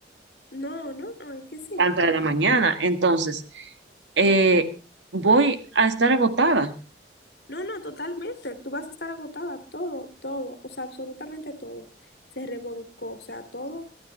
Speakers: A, on the left; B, on the right.
A: No, no, no, es que sí.
B: tantas de la mañana. Entonces, eh, voy a estar agotada.
A: No, no, totalmente. Tú vas a estar agotada, todo, todo, o sea, absolutamente todo. Se revolcó, o sea, todo,